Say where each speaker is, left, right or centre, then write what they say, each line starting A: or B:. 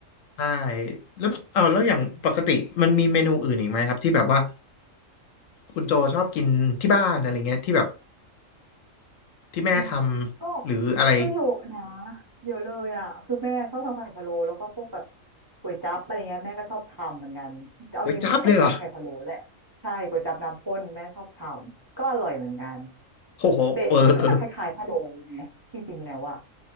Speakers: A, on the left; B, on the right.
A: ใช่แล้วแบบเอาแล้วอย่างปกติมันมีเมนูอื่นอีกไหมครับที่แบบว่าคุณโจชอบกินที่บ้านอะไรเงี้ยที่แบบที่แม่ทำหรืออะไร
B: อืมก็ก็เยอะนะเยอะเลยอ่ะคือแม่ชอบทำไข่พะโล้แล้วก็พวกแบบก๋วยจั๊บอะไรเงี้ยแม่ก็ชอบทำเหมือนกันเอาจริงมันก็คล้ายๆไข่พะโล้แหละใช่ก๋วยจั๊บน้ำข้นแม่ชอบทำก็อร่อยเหมือนกัน
A: ก๋วยจั๊บเลยเหรอโอ้โหเออเออ
B: เบสมันก็จะคล้ายๆพะโล้ไงจริงๆแล้วอ่ะ